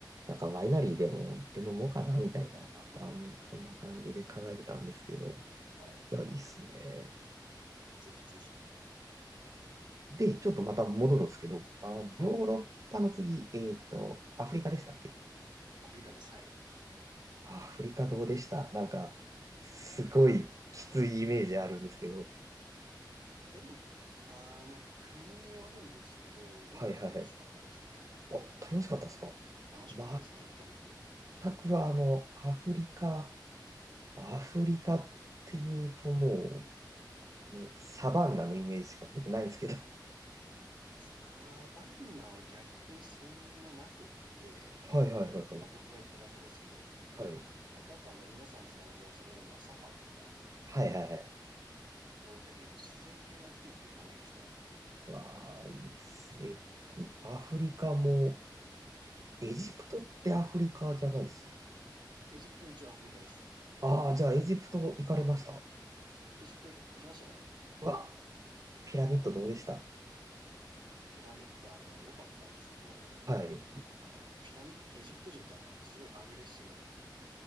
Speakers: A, on the right; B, on the right.
A: なんかワイナリーでも行って飲もうかな、みたいな、
B: <laughs>
A: なんかもうそんな感じで考えてたんですけど、
B: はい。
A: いや、いいっすね。
B: いや、もうぜひぜひ。
A: で、ちょっとまた戻るんですけど、あの、
B: はい。
A: ヨーロッパの次、えっと、アフリカでしたっけ
B: アフリカでさえ。
A: あ、アフリカどうでしたなんか、すごいきついイメージあるんですけど。
B: うんいや、でも、あーまあ、国によるんですけど、まあ、
A: はいはいはい。
B: でも楽しかったですね。
A: あ、楽しかったですか
B: 楽しかったですね、
A: 全
B: やっぱり。
A: くはあの、アフリカ、アフリカっていうともう、ね、サバンナのイメージしか僕ないんですけど。
B: ああ、バンナは逆にそんななくって、
A: はいはいはいはい。
B: まあ、僕が行った場所ですけど、
A: はい。
B: まあ、これやっぱあの、皆さん想像されるのはサファリとか、
A: はいはいはい。
B: そういった結構自然系のアクティビティが多いですね、やっぱり。
A: わあ、いいっすね。アフリカも、エジプトってアフリカじゃないっすよ。
B: エジプト一応アフリカです。
A: ああ、じゃあエジプト行かれました。
B: エジプト行行きましたよ。
A: うわ、ピラミッドどうでした
B: ピラミッドあの、良かったんですけど、
A: はい。
B: あの、ピラミッド、エジプト人ってあの、すごいアグレッシブなんですよ。